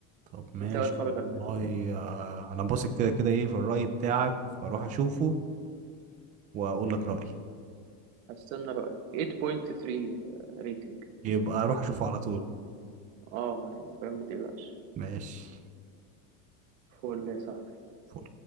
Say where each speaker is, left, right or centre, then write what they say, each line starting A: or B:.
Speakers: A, on the right; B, on the right.
A: طب ماشي
B: انت بقى اتفرج
A: والله
B: على الباقي
A: آه، انا باثق كده كده ايه في الرأي بتاعك فاروح اشوفه واقول لك رأيي
B: هستنى رأيك 8.3 ريتنج
A: يبقى اروح اشوفه على طول
B: اه يعني فاهم ما تقلقش
A: ماشي
B: فول يا صاحبي
A: فل